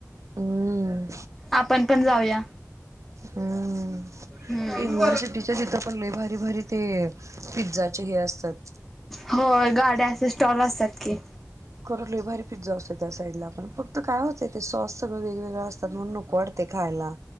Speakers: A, on the right; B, in the centre.
A: हम्म.
B: आपणं पणं जाऊया
A: हम्म
B: हम्म
A: युनिव्हर्सिटीच्या इथं पणं लंय भारी भारी ते पिझ्झा हे असतांत.
B: होय, गाड्याचे असे स्टॉल्स असतांत की
A: कर लि भारी फिट जाऊ शकतात साईड ला पण फक्त काय होतंय ते सॉस सगळें वेगवेगळा तण नको वाटतें खायला